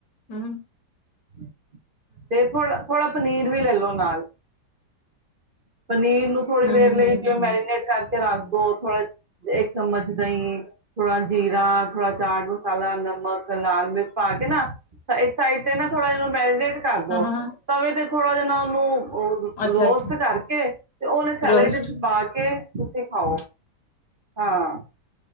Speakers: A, on the left; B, on the right.
A: ਹੂੰ।
B: <inaudible> ਤੇ ਥੋੜਾ ਥੋੜਾ ਪਨੀਰ ਵੀ ਲੈਲੋ ਨਾਲ। ਪਨੀਰ ਨੂੰ ਥੋੜ੍ਹੀ
A: ਹੂੰ-ਹੂੰ-ਹੂੰ-ਹੂੰ-ਹੂੰ-ਹੂੰ
B: ਦੇਰ ਲਈ ਜਿਵੇ ਮੈਰੀਨੇਟ ਕਰਕੇ ਰੱਖ ਤੋਂ ਥੋਰਾ ਇੱਕ ਚਮਚ ਦਈ ਥੋੜਾ ਜੀਰਾ, ਥੋੜਾ ਚਾਟ ਮਸਾਲਾ, ਨਮਕ, ਲਾਲ-ਮਿਰਚ ਪਾ ਕੇ ਨਾ, ਤਾਂ ਸਾਈਡ ਤੇ ਨਾਂ ਥੋੜਾ ਜਨੁ ਮੈਰੀਨੇਟ ਕਰਦੋ
A: ਹਾਂ-ਹਾਂ
B: ਪਵੇ ਤੇ ਥੋੜਾ ਜੇ ਓਨੂੰ ਓ
A: ਅੱਛਾ-ਅੱਛਾ
B: ਰੋਸਟ ਕਰਕੇ ਤੇ ਓਨੇ ਸੈਲਡ
A: ਰੋਸਟ
B: ਚ ਪਾ ਕੇ ਕਿਥੇ ਖਾਓ, ਹਾਂ।